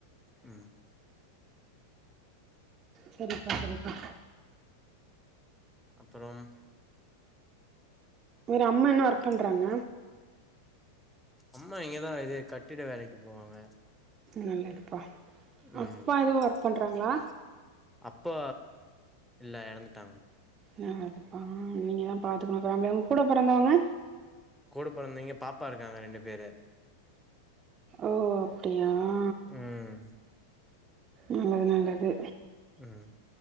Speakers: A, in the centre; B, on the right.
A: ம்
B: சரிப்பா சரிப்பா
A: அப்பறம்
B: செரி அம்மா என்ன ஒர்க் பண்றாங்க
A: அம்மா இங்கதா இது கட்டிட வேலைக்கு போவாங்க
B: நல்லதுப்பா
A: ம்
B: அப்பா எதுவு ஒர்க் பண்றாங்ளா
A: அப்பா இல்ல எறந்துட்டாங்க
B: நல்லதுப்பா நீங்க தா பாத்துக்கணு ஃபேமிலிய உங்க கூட பிறந்தவுங்க
A: கூடு பெறந்தைங்க பாப்பா இருக்காங்க இரண்டு பேரு
B: ஓ அப்டியா ஆ
A: ம்
B: நல்லது நல்லது
A: ம்